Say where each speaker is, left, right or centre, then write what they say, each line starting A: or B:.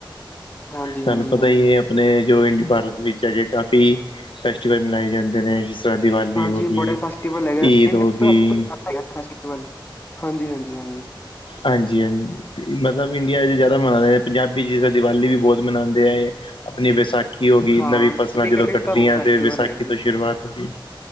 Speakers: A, on the left (about 20°); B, on the left (about 80°).
A: ਹਾਂਜੀ
B: ਤੁਹਾਨੂੰ
A: ਹਾਂਜੀ
B: ਪਤਾ
A: ਹਾਂਜੀ
B: ਈ ਏ ਆਪਣੇ, ਜੋ ਇੰਡੀ ਭਾਰਤ ਵਿੱਚ ਚ ਹਜੇ ਕਾਫੀ, ਫੈਸਟੀਵਲ ਮਨਾਏ ਜਾਂਦੇ ਨੇ ਜਿਸ ਤਰ੍ਹਾਂ ਦੀਵਾਲੀ
A: ਹਾਂਜੀ,
B: ਹੋ ਗਈ
A: ਬੜੇ ਫੈਸਟੀਵਲ ਹੈਗੇ,
B: ਈਦ
A: ਇੰਡੀ
B: ਹੋ ਗਈ
A: ਫੈਸਟੀਵਲ <inaudible> ਹਾਂਜੀ-ਹਾਂਜੀ-ਹਾਂਜੀ।
B: ਹਾਂਜੀ-ਹਾਂਜੀ, ਮਤਲਬ ਇੰਡੀਆ'ਚ ਜ਼ਿਆਦਾ ਮਨਾਂਦੇ ਨੇ, ਪੰਜਾਬੀ ਜਿਸ ਤਰਾਂ ਦੀਵਾਲੀ ਵੀ ਬੋਤ ਮਨਾਉਂਦੇ ਹੈਗੇ। ਆਪਣੀ ਵਿਸਾਖੀ ਹੋਗੀ,
A: ਹਾਂ
B: ਨਵੀਂ ਫਸਲਾਂ
A: ਸਾਡੀ
B: ਜਦੋਂ
A: ਕੰਟਰੀ
B: ਕੱਟਦੀਆਂ
A: 'ਚ ਤਾਂ ਬਹੁਤ ਫੈਸਟੀਵਲ
B: ਤੇ ਵਿਸਾਖੀ
A: ਹੈਗੇ
B: ਤੋਂ
A: ਜੀ
B: ਸ਼ੁਰੂਆਤ ਹੁੰਦੀ ਏ।